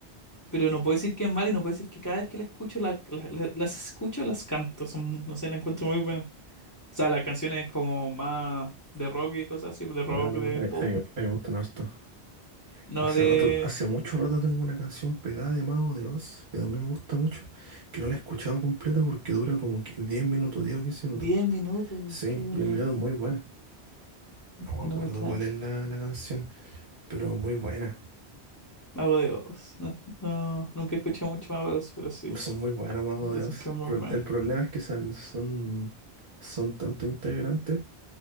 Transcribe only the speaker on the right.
Ah,
no, a,
a mí a mí me gustan harto.
Hace
rato, hace mucho rato tengo una canción pegada de Mago de Oz, que también me gusta mucho, que no la he escuchado completa porque dura como qui- 10 minutos, 10 o 15 minutos.
Sí,
10 minutos, muy buena. No me
acuerdo
cuál es la, la canción, pero muy buena.
Son muy buenas Mago
de Oz.
Pro-
el problema es que son, son, son tantos integrantes